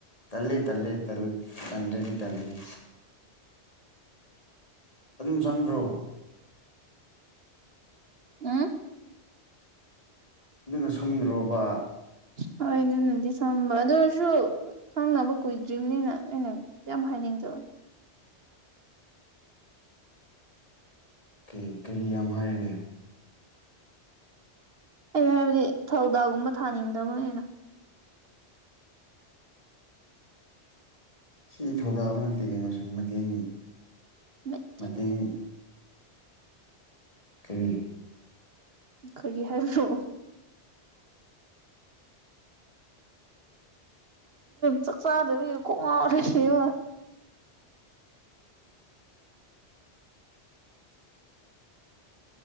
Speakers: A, on the left; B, on the right.
A: ꯇꯥꯂꯦ ꯇꯥꯂꯦ ꯇꯜ ꯇꯟꯗ꯭ꯔꯗꯤ ꯇꯟꯗꯦ ꯑꯗꯨꯝ ꯁꯪꯕꯔꯣ
B: ꯎꯨꯝ
A: ꯑꯗꯨꯅ ꯁꯝꯗ꯭ꯔꯣꯕ
B: ꯍꯣꯏ ꯑꯗꯨꯅꯗꯤ ꯁꯝꯕ ꯑꯗꯨ ꯑꯣꯏꯔꯁꯨ ꯈꯪꯅꯕ ꯀꯨꯏꯗ꯭ꯔꯤꯝꯅꯤꯅ ꯑꯩꯅ ꯌꯥꯝ ꯍꯥꯏꯅꯤꯡꯗꯣ
A: ꯀꯩ ꯀꯔꯤ ꯌꯥꯝ ꯍꯥꯏꯔꯒꯦ
B: ꯑꯩꯅ ꯍꯥꯏꯕꯗꯤ ꯊꯧꯗꯥꯒꯨꯝꯕ ꯊꯥꯅꯤꯡꯗꯕꯅꯤꯅ
A: ꯁꯤ ꯊꯧꯗꯥꯕ ꯅꯠꯇꯦꯀꯩꯅꯣ ꯁꯨꯝ ꯃꯇꯦꯡ
B: ꯀꯠꯇꯦꯡ
A: ꯃꯇꯦꯡ ꯀꯔꯤ
B: ꯀꯔꯤ ꯍꯥꯏꯕ꯭ꯔꯣ ꯆꯀꯆꯗꯕꯒꯤ ꯀꯣꯛ ꯉꯥꯎꯔꯒ ꯂꯩꯌꯦꯕ